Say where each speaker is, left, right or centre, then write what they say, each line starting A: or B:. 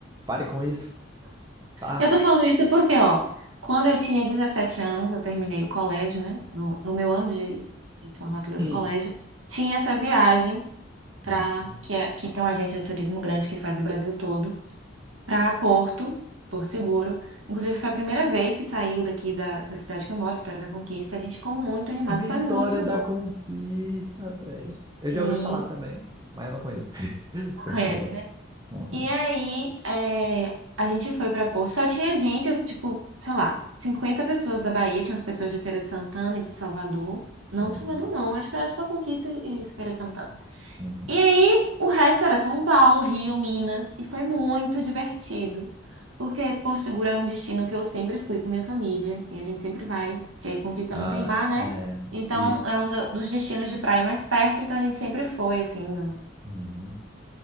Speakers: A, on the right (about 20°); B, on the right (about 85°).
A: Pare com isso, tá?
B: Eu tô falando isso porque, ó, quando eu tinha 17 anos, eu terminei o colégio, né? No, no meu ano de, de formatura
A: <clears throat>
B: do colégio, tinha essa viagem para
A: Hum.
B: que, é- que tem uma agência de turismo grande que faz o Brasil todo. para Porto, Porto Seguro. Inclusive, foi a primeira vez que saiu daqui da, da cidade que eu moro, Vitória da Conquista. A gente ficou muito animado,
A: Vitória
B: foi muito
A: da
B: bom.
A: Conquista, velho. Eu
B: E...
A: já ouvi falar também, mas eu não conheço. <clears throat> <laughs> Continua.
B: Conhece, né?
A: Uhum,
B: E aí, é, a gente foi para Porto. Só tinha gente, assim, tipo, sei lá, 50 pessoas da Bahia, tinha as pessoas de Feira de Santana e de Salvador. Não
A: uhum,
B: de Salvador, não, acho que era só Conquista e Feira de Santana.
A: uhum.
B: E aí, o resto era São Paulo, Rio, Minas, e foi muito divertido. Porque Porto Seguro é um destino que eu sempre fui com minha família, assim, a gente sempre vai, porque Conquista
A: Ah,
B: não tem mar, né?
A: é,
B: Então,
A: e,
B: é um do- dos destinos de praia mais perto, então a gente sempre foi, assim, no-
A: uhum.